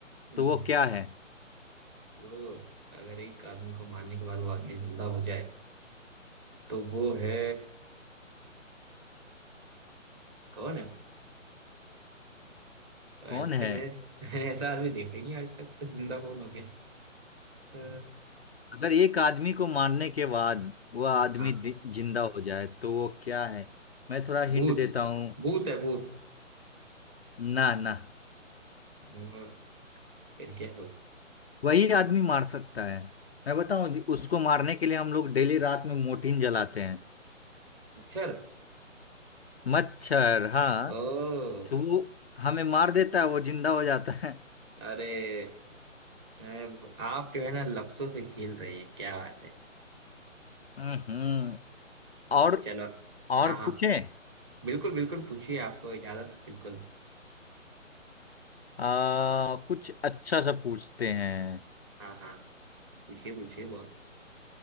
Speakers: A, on the right; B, on the left.
A: हम्म,
B: तो वो
A: हम्म।
B: क्या है
A: वो अगर एक आदमी को मारने के बाद वो आदमी जिंदा हो जाए तो वो है कौन है वो? तो आज
B: कौन है
A: तक मैंने मैंने ऐसा आदमी देखा ही नहीं आज तक तो जिंदा कौन हो गया अ,
B: अगर एक आदमी को मारने के बाद वह आदमी
A: हाँ
B: दि- जिंदा हो जाए तो वो क्या है मैं थोड़ा हिंट
A: भूत
B: देता हूँ
A: भूत है भूत
B: ना ना
A: अ, फिर क्या है
B: वही आदमी मार सकता है मैं बताऊं जी, उसको मारने के लिए हम लोग डेली रात में मोर्टिन जलाते हैं
A: मच्छर
B: मच्छर हाँ
A: ओ
B: तो वो हमें मार देता है वो जिंदा हो जाता है
A: अरे अ, आप जो है ना लफ्जों से खेल रहे हैं क्या बात है
B: हम्म और
A: चलो
B: और
A: हाँ हाँ
B: पूछें
A: बिल्कुल बिल्कुल पूछिए आपको इजाजत है बिल्कुल
B: आ कुछ अच्छा सा पूछते हैं
A: हाँ हाँ पूछिए पूछिए बहुत